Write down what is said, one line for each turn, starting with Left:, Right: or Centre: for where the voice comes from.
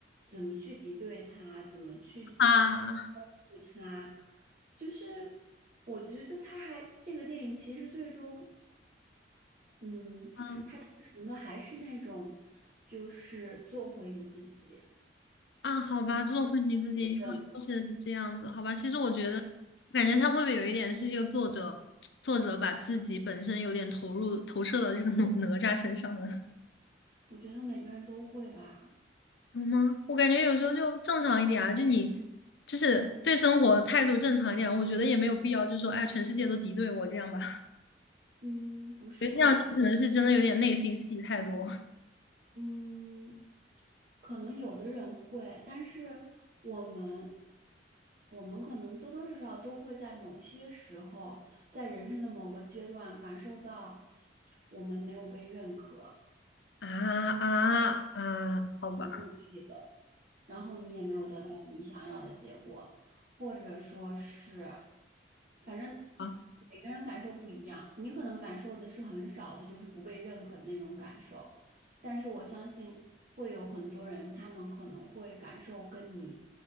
Right: 怎么去敌对他？怎么去去攻击他？
Left: 啊
Right: 就是我觉得他还这个电影其实最终。嗯，
Left: 嗯
Right: 他推崇的还是那种，就是做回你自己，
Left: 啊，好吧，做回你自己，
Right: 留人
Left: 又又是这样子，好吧。其实我觉得，我感觉他会不会有一点是这个作者作者把自己本身有点投入投射到这个哪哪吒身上了？
Right: 我觉得每个人都会吧。
Left: 有吗？我感觉有时候就正常一点啊，就你就是对生活态度正常一点，我觉得也没有必要，就是说，哎，全世界都敌对我这样吧，
Right: 嗯，不是，
Left: <laughs> 可能是真的有点内心戏太多
Right: 嗯，可能有的人会，但是我们，我们可能多多少少都会在某些时候，在人生的某个阶段感受到我们没有被认可，
Left: 啊啊啊，好吧，
Right: 你很努力了。然后你也没有得到你想要的结果，或者说是，反正
Left: 啊，
Right: 每个人感受不一样，你可能感受的是很少的，就是不被认可的那种感受，但是我相信会有很多人，他们可能会感受跟你